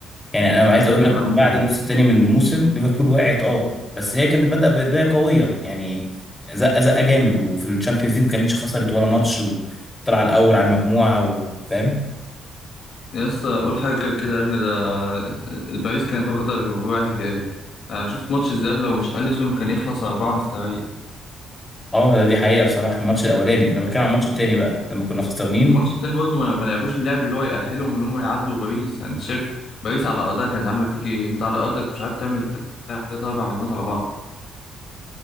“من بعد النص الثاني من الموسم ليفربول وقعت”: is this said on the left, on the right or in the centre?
Left